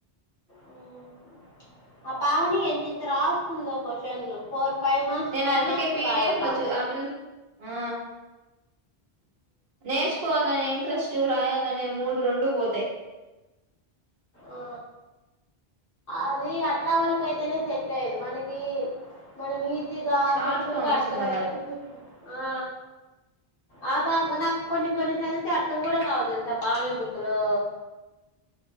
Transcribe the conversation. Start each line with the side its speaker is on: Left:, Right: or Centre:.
Left: ఉమ్. ఆ పావని ఎంత ఎంత రాస్తుందో క్వషన్లు కోర్ ఫైవ్ మార్క్స్
Right: నేను
Left: ఫైవ్
Right: అందుకే
Left: మార్క్స్
Right: పీడిఎఫ్
Left: రాయలా
Right: లో చూ ఆ పిల్ ఆ నేర్చుకోవాలంటే ఇంట్రెస్ట్ రాయాలంటే మూడు రెండూ పోతాయి
Left: ఆ అది అట్లా వాళ్ళక అయితేనే సెట్ అయ్యేది మనకి మన మీ అదిగ
Right: షార్ట్
Left: సింపుల్
Right: ఫామ్స్
Left: గా అర్థం
Right: కావాలా
Left: అయ్యేటట్లు చూసుకున్ ఆ ఆ పాప నాకు కొన్ని చదివితే అర్థం కూడా కావు థెలుసా పావని బుక్ లో